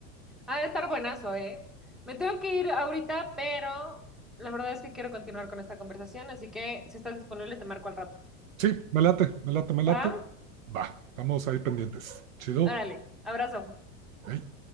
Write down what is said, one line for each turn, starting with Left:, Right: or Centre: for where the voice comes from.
Centre: Ha de estar buenazo, ¿eh? Me tengo que ir ahorita, pero la verdad es que quiero continuar con esta conversación, así que si estás disponible, te marco al rato.
Right: Sí, me late, me late, me late.
Centre: ¿Va?
Right: Va, estamos ahí pendientes. Chido.
Centre: Órale, abrazo.
Right: Ey.